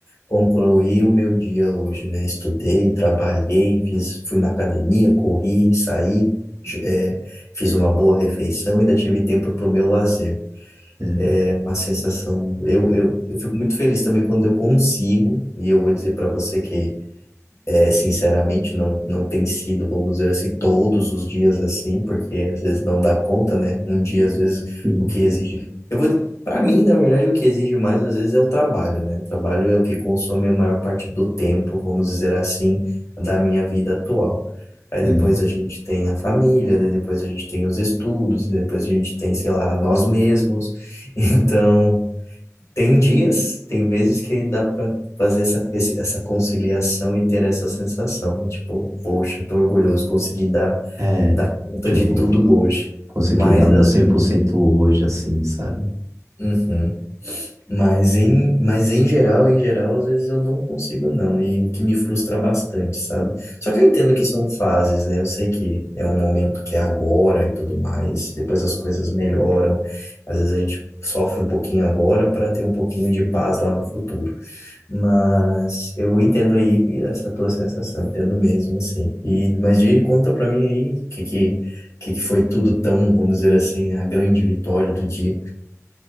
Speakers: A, on the left; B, on the right.
A: Concluí o meu dia hoje, né? Estudei, trabalhei, fiz, fui na academia, corri, saí, j- é, fiz uma boa refeição, ainda tive tempo para o meu lazer.
B: É,
A: É uma sensação. Eu, eu, eu fico muito feliz também quando eu consigo, e eu vou dizer para você que, é, sinceramente, não, não tem sido, vamos dizer assim, todos os dias assim, porque às vezes não dá conta, né? Um dia, às vezes,
B: hum,
A: o que exige. Eu vou. Para mim, na verdade, o que exige mais, às vezes, é o trabalho, né? O trabalho é o que consome a maior parte do tempo, vamos dizer assim, da minha vida atual. Aí
B: hum.
A: depois a gente tem a família, daí depois a gente tem os estudos, depois a gente tem, sei lá, nós mesmos. <laughs> Então. Tem dias, tem vezes que dá para fazer essa, esse- essa conciliação e ter essa sensação, né? Tipo, poxa, tô orgulhoso, consegui dar,
B: É,
A: dar conta
B: tipo,
A: de tudo hoje.
B: consegui
A: Mas,
B: dar meu
A: às-
B: 100% hoje, assim, sabe?
A: uhum. Mas em, mas em geral, em geral, às vezes eu não consigo não, e o que me frustra bastante, sabe? Só que eu entendo que são fases, né? Eu sei que é um momento que é agora e tudo mais, depois as coisas melhoram. Às vezes a gente sofre um pouquinho agora para ter um pouquinho de paz lá no futuro. Mas eu entendo aí essa tua sensação, entendo mesmo, assim. E, mas de conta pra mim aí que, que, que que foi tudo tão, vamos dizer assim, a grande vitória do dia.